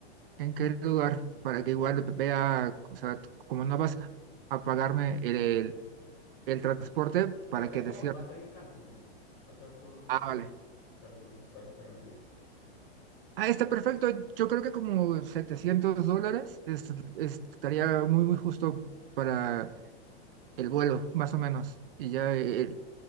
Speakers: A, on the right (about 55°); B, on the left (about 35°).
A: ¿En qué lugar? Para que igual vea, o sea, como no vas a pagarme el, el, el transporte, para
B: Va a
A: que
B: ser
A: te
B: como,
A: cierre.
B: va a ser en Cancún. Va a ser por
A: Ah,
B: eh,
A: vale.
B: Cancún, para que te hagan una idea.
A: Ah, está perfecto. Yo creo que como 700 dólares est- estaría muy, muy justo para el vuelo, más o menos. Y ya el,